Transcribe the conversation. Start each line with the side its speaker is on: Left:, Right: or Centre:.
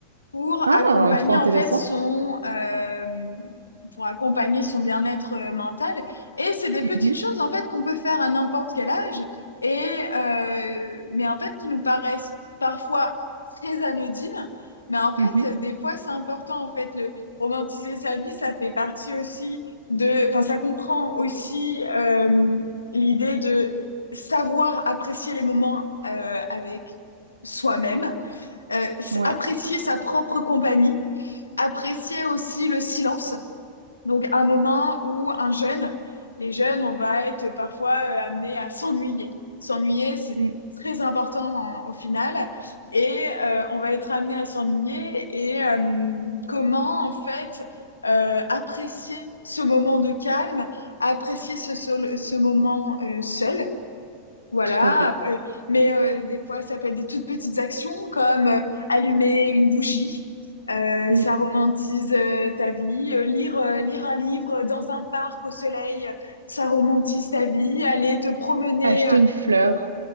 Left: pour
Right: Ah,
Left: accompagner
Right: trop intéressant.
Left: en fait son euh, pour accompagner son bien-être euh, mental et c'est des
Right: Mhm,
Left: petites choses en fait qu'on peut faire à n'importe quel âge et euh, mais en fait qui nous paraissent parfois très anodines mais en fait
Right: mhm,
Left: des fois c'est important en fait le romantiser sa vie ça fait partie aussi de enfin ça comprend aussi euh, l'idée de savoir apprécier les moments euh, avec soi-même euh,
Right: ouais,
Left: apprécier sa propre compagnie, apprécier aussi le silence. Donc un moment où un jeune, les jeunes, on va être parfois amené à s'ennuyer. S'ennuyer, c'est
Right: mm,
Left: très important en, au final, et euh, on va être amené à s'ennuyer. Et euh, comment en fait euh, apprécier ce moment de calme, apprécier ce, ce moment euh, seul, voilà,
Right: tout à fait.
Left: après- mais euh, des fois, ça peut être des toutes petites actions comme euh, allumer une bougie, euh,
Right: Mm.
Left: ça romantise euh, ta vie, Euh, lire, euh, lire un livre dans un parc au soleil, euh, ça romantise ta vie, aller te promener
Right: Acheter
Left: euh,
Right: une fleur,